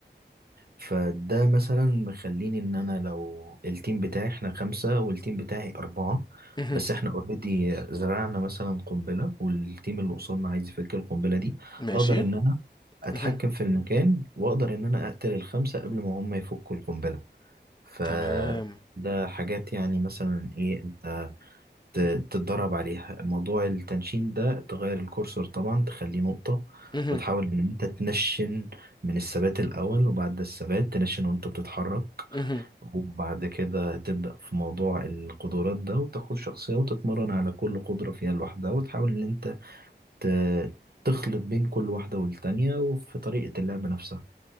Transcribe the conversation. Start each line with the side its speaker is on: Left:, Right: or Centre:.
Right: فده مثلا مخليني ان انا لو التيم بتاعي احنا خمسة والتيم بتاعي اربعة
Left: اها
Right: بس احنا اوريدي زرعنا مثلا قنبلة والتيم اللي قصادنا عايز يفك القنبلة دي
Left: ماشي
Right: اقدر ان انا اتحكم
Left: اها
Right: في المكان واقدر ان انا اقتل الخمسة قبل ما هم يفكوا القنبلة فده
Left: تمام
Right: حاجات يعني مثلا ايه انت ت- تتدرب عليها موضوع التنشين ده تغير الكورسور طبعا تخليه نقطة
Left: اها
Right: وتحاول ان انت تنشن من الثبات الاول وبعد الثبات تنشن وانت بتتحرك
Left: اها
Right: وبعد كده تبدأ في موضوع القدرات ده وتاخد شخصية وتتمرن على كل قدرة فيها لوحدها وتحاول ان انت ت- تخلط بين كل واحدة والتانية وفي طريقة اللعب نفسها